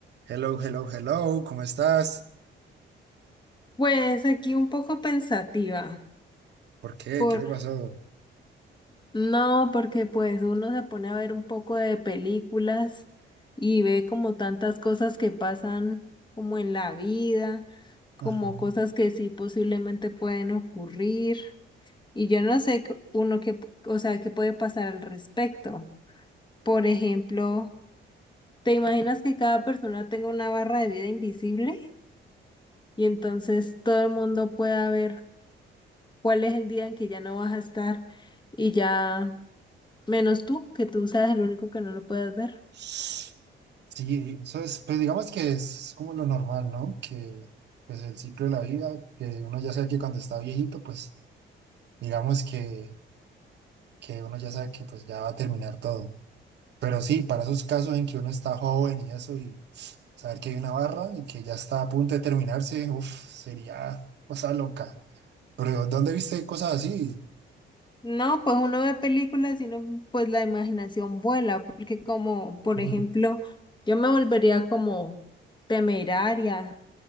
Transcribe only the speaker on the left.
Pues aquí un poco pensativa.
Por...
No, porque pues uno se pone a ver un poco de películas y ve como tantas cosas que pasan como en la vida, como
cosas que sí posiblemente pueden ocurrir. Y yo no sé c- uno que, o sea, qué puede pasar al respecto. Por ejemplo, ¿te imaginas que cada persona tenga una barra de vida invisible? Y entonces todo el mundo pueda ver cuál es el día en que ya no vas a estar y ya, menos tú, que tú seas el único que no lo puedas ver.
No, pues uno ve películas y no, pues la imaginación vuela, porque como, por
ejemplo, yo me volvería como temeraria,